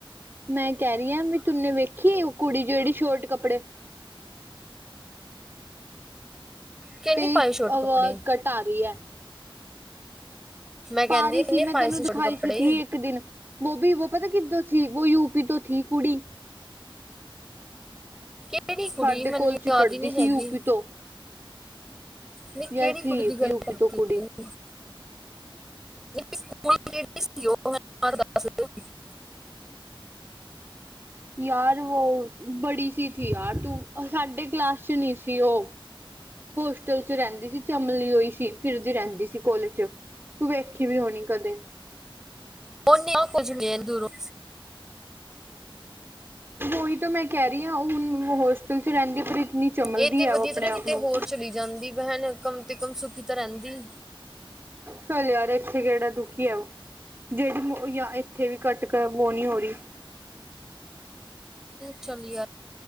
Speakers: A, on the right (about 25°); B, in the centre.
A: ਮੈਂ ਕਹਿ ਰਹੀ ਹਾਂ, ਵੀ ਤੂੰਨੇ ਵੇਖੀ ਉਹ ਕੁੜੀ ਜਿਹੜੀ ਸ਼ੋਰਟ ਕੱਪੜੇ
B: ਕਿਹਨੇ
A: ਤੇਰੀ
B: ਪਾਏ ਸ਼ੋਟ
A: ਆਵਾਜ਼,
B: ਕੱਪੜੇ
A: ਘਟ ਆ ਰਹੀ ਹੈ।
B: ਮੈਂ ਕਹਿੰਦੀ
A: ਪਾ ਰਹੀ
B: ਆ ਕਿਹਨੇ
A: ਸੀ, ਮੈਂ
B: ਪਾਏ
A: ਤੈਨੂੰ ਦਿਖਾਈ
B: ਸ਼ੋਟ ਕੱਪੜੇ
A: ਸੁ ਥੀ, ਇੱਕ ਦਿਨ। ਵੋ ਬੀ ਵੋ ਪਤਾ ਕਿੱਧਰੋ ਸੀ, ਵੋ ਯੂਪੀ ਤੋਂ ਥੀ, ਕੁੜੀ
B: ਕਿਹੜੀ ਕੁੜੀ
A: ਸਾਡੇ
B: ਮੈਨੂੰ
A: ਕੋਲ ਚ
B: ਯਾਦ
A: ਪੜ੍ਹਦੀ
B: ਨੀ
A: ਸੀ
B: ਹੈਗੀ
A: ਯੂਪੀ ਤੋਂ
B: ਨਹੀਂ
A: ਯਾਰ
B: ਕਿਹੜੀ
A: ਥੀ
B: ਕੁੜੀ ਦੀ
A: ਇੱਕ
B: ਗੱਲ
A: ਯੂਪੀ
B: ਕਰਦੇ
A: ਤੋਂ ਕੁੜੀ
B: ਪਏ <unintelligible> ਸਕੂਲ <unintelligible>
A: ਯਾਰ ਉਹ ਬੜੀ ਸੀ ਤੀ ਯਾਰ ਤੂੰ ਸਾਡੇ ਕਲਾਸ ਚ ਨਹੀਂ ਸੀ ਉਹ ਹੋਸਟਲ ਚ ਰਹਿੰਦੀ ਸੀ, ਚਮਲੀ ਹੋਈ ਸੀ ਫਿਰਦੀ ਰਹਿੰਦੀ ਸੀ, ਕੋਲੇਜ ਚ। ਤੂੰ ਵੇਖੀ ਵੀ ਹੋਣੀ ਕਦੇ
B: ਉਹਨੇ ਆ ਖਜਮੇਲ ਦੂਰੋਂ
A: ਉਹੀ ਤਾਂ ਮੈਂ ਕਹਿ ਰਹੀ ਹਾਂ ਹੁਣ ਹੋਸਟਲ ਚ ਰਹਿੰਦੀ ਪਰ ਇੰਨੀ ਚਮਲਦੀ
B: ਇਹ ਤੇ
A: ਹੈ
B: ਵਧੀਆ
A: ਉਹ ਆਪਣੇ
B: ਤਰ੍ਹਾਂ
A: ਆਪ
B: ਕਿਤੇ
A: ਨੂੰ
B: ਹੋਰ ਚਲੀ ਜਾਂਦੀ ਬਹਿਣ ਕਮ ਤੇ ਕਮ ਸੁਖੀ ਤਾਂ ਰਹਿੰਦੀ
A: ਫਿਰ ਯਾਰ ਇੱਥੇ ਕਿਹੜਾ ਦੁਖੀ ਆ ਉਹ ਜਿਹੜੀ ਜਾਂ ਇੱਥੇ ਵੀ ਕੱਟਕ ਵੋ ਨਹੀਂ ਹੋ ਰਹੀ
B: ਚੱਲੀ